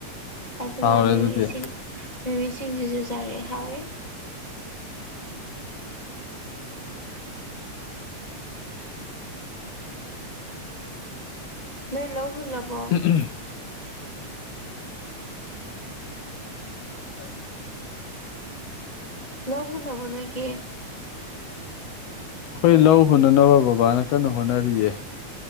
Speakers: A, on the left (about 35°); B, on the left (about 75°).
A: ꯑꯗꯨꯒ
B: ꯍꯥꯎꯔꯦ
A: ꯃꯤꯃꯤꯁꯤꯡ
B: ꯑꯗꯨꯗꯤ
A: ꯃꯤꯃꯤꯁꯤꯡꯁꯤꯁꯨ ꯆꯥꯔꯛꯑꯦ ꯍꯥꯎꯋꯦ ꯅꯣꯏ ꯂꯍꯨꯜ ꯂꯕꯣ
B: ꯎꯝ ꯎꯝ ꯑꯗꯨ
A: ꯂ ꯍꯨꯟ ꯂꯕ ꯅ ꯀꯦ
B: ꯑꯩꯈꯣꯏ ꯂꯧ ꯍꯨꯟꯅꯅꯕ ꯕꯕꯥꯅ ꯀꯟꯅ ꯍꯣꯠꯅꯔꯤꯌꯦ